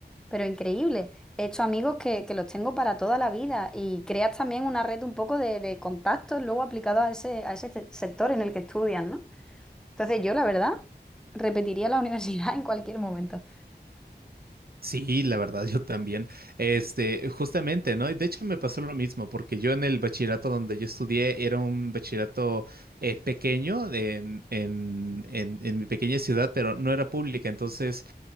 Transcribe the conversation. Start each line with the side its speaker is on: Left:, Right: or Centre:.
Centre: Pero increíble. He hecho amigos que, que los tengo para toda la vida y creas también una red un poco de, de contactos luego aplicados a ese, a ese se- sector en el que estudias, ¿no? Entonces yo, la verdad, repetiría la universidad <laughs> en cualquier momento.
Right: Sí, la verdad, yo también. Este, justamente, ¿no? Y De hecho, me pasó lo mismo, porque yo en el bachillerato donde yo estudié era un bachillerato eh, pequeño en, en, en, en mi pequeña ciudad, pero no era pública, entonces